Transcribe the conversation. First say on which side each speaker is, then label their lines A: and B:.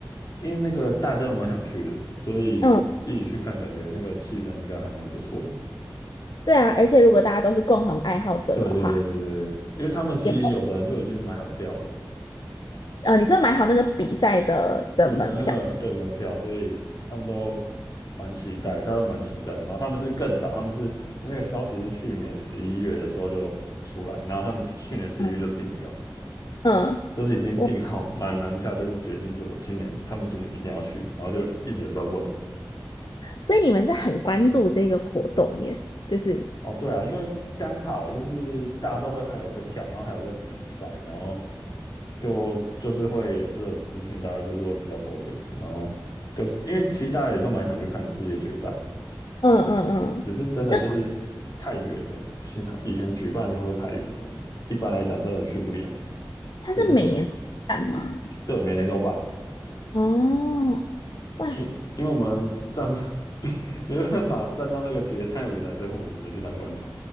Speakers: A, on the left; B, on the left.
A: 因为那个大家都蛮想去的，所以一起去看，
B: 嗯，
A: 感觉那个气氛应该还蛮不错的。
B: 对啊，而且如果大家都是共同爱好者的话，
A: 对对对对对，因为他们其实有的人就已经买好票了，
B: 也呃，你说买好那个比赛的的门票，
A: 对的那个对门票，所以他们都蛮期待，大家都蛮期待。然后他们是更早，他们是因为那个消息是去年十一月的时候就出来，然后他们去年十一月就订票，
B: 嗯嗯，
A: 就是已经订好买门票，
B: 我
A: 就是决定就是我今年他们今年一定要去，然后就一直有在问。
B: 所以你们是很关注这个活动耶，就是
A: 哦，对啊，因为刚好就是大家都会还有在跳，然后还有在比赛，然后就就是会有这个资讯，大家就是会比较 focus，然后都因为其实大家也都蛮想去看世界决赛，
B: 嗯嗯嗯嗯，
A: 只是真的就是太远了，
B: 这个
A: 平常以前举办的地方都太远了，一般来讲真的去不了。
B: 它是每年办吗？
A: 这是对每年都办，
B: 哦，哇，
A: 因因为我们站不 <laughs> 没办法站到那个决赛舞台，所以我们只能去当观众。